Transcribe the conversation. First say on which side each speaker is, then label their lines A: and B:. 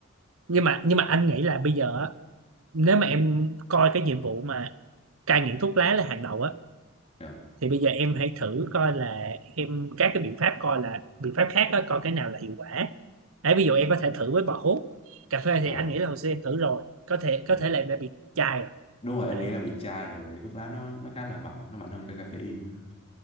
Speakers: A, on the right; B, on the left.
A: nhưng mà nhưng mà anh nghĩ là bây giờ á, nếu mà em coi cái nhiệm vụ mà cai nghiện thuốc lá là hàng đầu á
B: dạ
A: thì bây giờ em hãy thử coi là em các cái biện pháp coi là biện pháp khác á coi cái nào là hiệu quả đấy ví dụ em có thể thử với bò hút cà phê thì
B: ờ
A: anh nghĩ là hồi xưa em thử rồi có thể
B: dạ.
A: có thể là em đã bị chai rồi
B: đúng rồi em
A: đấy
B: nghĩ là bị chai rồi tại vì thuốc lá nó nó khá là mạnh nó mạnh hơn cả caffeine nữa.